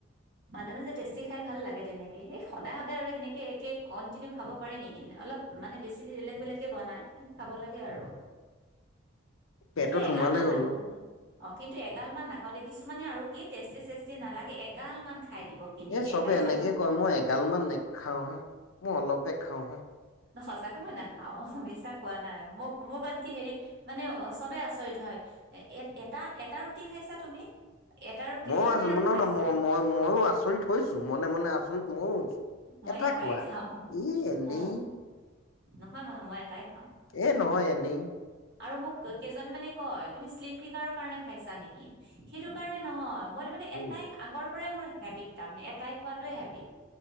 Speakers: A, on the right (about 55°); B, on the left (about 80°).
A: মাজে মাজে টেষ্টি খাই ভাল লাগে তেনেকেই এই সদায় সদায় আৰু সেনেকে একে কণ্টিনিউ খাব পাৰি নেকি? অলপ মানে বেছি বেলেগ বেলেগে বনায়, খাব লাগে আৰু।
B: পেটত
A: কিন্তু
B: সোমালেই
A: এগাল মান
B: হ'ল
A: নাখাও
B: ন।
A: দেই। অ' কিন্তু এগাল মান নাখাও দেই কিছুমানে আৰু কি টেষ্টি চেষ্টি নালাগে, এগাল মান খাই দিব। কেনেকে
B: এ চ'বে
A: খাই
B: এনেকে
A: জানো
B: কয়, মই এগাল মান নেখাও হাঁ, মই অলপে খাওঁ হাঁ।
A: সঁচাকে মই নেখাওঁ, মিছা কোৱা নাই মোক মোক আনকি হেৰি মানে অ' চবে আচৰিত হয়, এ এ এটা এটা ৰুটি খাইছা তুমি? এটা ৰুটিৰ
B: ময়ো
A: কাৰণে
B: আছ
A: আৰু
B: নয়
A: খাইছা
B: নয় ম মই মইয়ো আচৰিত হৈছো মনে মনে আছ ৰিত ময়ো হৈছো,
A: মই
B: এটা
A: এটাই
B: কোৱা।
A: খাওঁ
B: ই এনেই
A: অ নহয় মানে মই এটাই খাওঁ।
B: এ নহয় এনেই।
A: আৰু মোক কেইজনী মানে কয়, তুমি শ্লিম ফিংগাৰৰ কাৰণে খাইছা নেকি? সেইটো কাৰণে নহয়, মই ত' মানে এটাই
B: উম
A: আগৰ পৰাই মোৰ হেবিট তাৰমানে, এটাই খোৱা তোৱে হেবিট